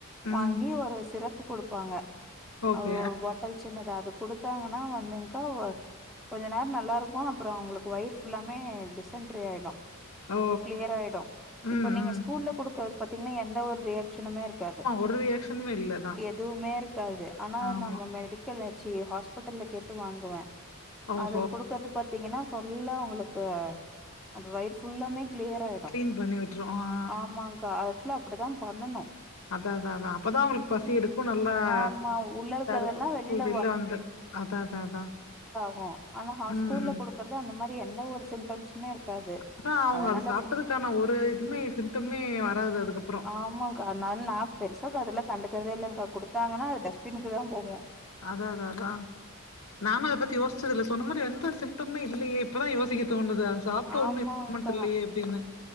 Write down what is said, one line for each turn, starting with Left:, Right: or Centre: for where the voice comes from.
Left: ம்.
Centre: வாங்கி ஒரு சிரப்பு சிரப்பு கொடுப்பாங்க
Left: ஓகே.
Centre: அது ஒரு பாட்டில் சின்னதா அது கொடுத்தாங்கன்னா வந்துங்க்கா கொஞ்ச நேரம் நல்லா இருக்கும் அப்புறம் அவங்களுக்கு வயிறு ஃபுல்லாமே டிசன்ட்ரி ஆயிடும்
Left: ஓ!
Centre: கிளியர் ஆயிடும்
Left: ம்,
Centre: இப்ப நீங்க
Left: ம்.
Centre: ஸ்கூல்ல கொடு கால் பாத்தீங்கன்னா எந்த ஒரு ரியாக்ட் சின்னமே இருக்காது
Left: ஆமா ஒரு ரியாக்ஷனுமே இல்ல தான்.
Centre: எதுவுமே இருக்காது ஆனா
Left: ஆமா.
Centre: நம்ம மெடிக்கல் சி ஹாஸ்பிடல்ல கேட்டு வாங்குவேன்
Left: ஓஹோ!
Centre: அது குடுக்கறது பத்தி பாத்தீங்கன்னா ஃபுல்லா உங்களுக்கு அந்த வயிறு ஃபுல்லாமே கிளியர் ஆயிடும்
Left: கிளீன் பண்ணி விட்டுரும். ஆ
Centre: ஆமாங்கா ஆக்சுவலா அப்படிதான் பண்ணனும்
Left: அதா அதா அதான் அப்பதான் அவங்களுக்கு பசி எடுக்கும் நல்லா
Centre: ஆமா உள்ள
Left: இதா
Centre: இருக்கறதெல்லா
Left: இருக்கும்
Centre: வெளியில
Left: வெளில வந்துரு அத அதான் அதான்
Centre: ம் ஆனா
Left: ம்,
Centre: ஸ்கூல்ல
Left: ம்.
Centre: கொடுக்கிறது அந்த மாதிரி எந்த ஒரு சிம்டம்ஸ்மே இருக் இருக்காது
Left: அதான் அவங்க
Centre: அதனால
Left: அது சாப்ட்டதுக்கான ஒரு இதுமே சிம்டமே வராது அதுக்கப்புறம்.
Centre: ஆமாங்க்கா அதனால ந பெருசா அதெலாம் கண்டு தெரியலேங்க்கா கொடுத்தாங்கன்னா அது டஸ்ட்பின்னுக்கு தான் போவும்
Left: அதான் அத அதான் நானும் அத பத்தி யோசிச்சது இல்ல சொன்ன மாதிரி எந்த சிம்டம்மே இல்லையே இப்பதான் யோசிக்க தோணுது அ அதை சாப்பிட்டு
Centre: ஆமாங்க்கா
Left: ஒண்ணும் இம்ப்ரூவ்மெண்ட் இல்லையே அப்படின்னு